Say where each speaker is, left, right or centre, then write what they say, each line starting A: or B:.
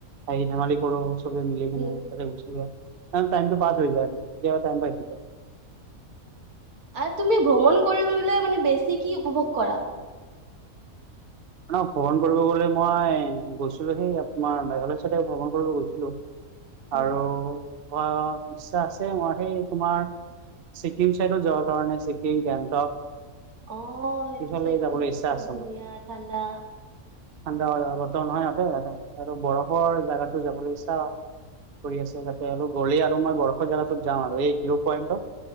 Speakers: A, on the right; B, on the right.
A: হাঁহি ধেমালি কৰো। সবে মিলি কিনে
B: ঠিক।
A: গুচি যায়, টাইমটো পাছ হৈ যায় টাইম পাছ
B: আৰু তুমি ভ্ৰমণ কৰিব গ'লে মানে বেছি কি উপভোগ কৰা?
A: মানে ভ্ৰমণ কৰিব গ'লে মই গৈছিলো সেই আপোনাৰ মেঘালয় চাইডে ভ্ৰমণ কৰিব গৈছিলো।
B: উম,
A: আৰু ম ইচ্ছা আছে মই সেই তোমাৰ ছিকিম চাইডত যাব কা, ছিকিম, গেংটক
B: অ', সেইটো
A: সেইফালে
B: চাইডটো
A: যাবলৈ ইচ্ছা
B: বহুত
A: আছে
B: ধুনীয়া।
A: মোৰ
B: ঠাণ্ডা
A: ঠাণ্ডা হয় বতৰ ন' ইয়াতে ইতে আৰু বৰফৰ জেগাত যাবলৈ ইচ্ছা কৰি আছে তাতে আৰু গ'লেই আৰু মই বৰফৰ জেগাটোোক যাম আৰু এই জিৰ' পইণ্টত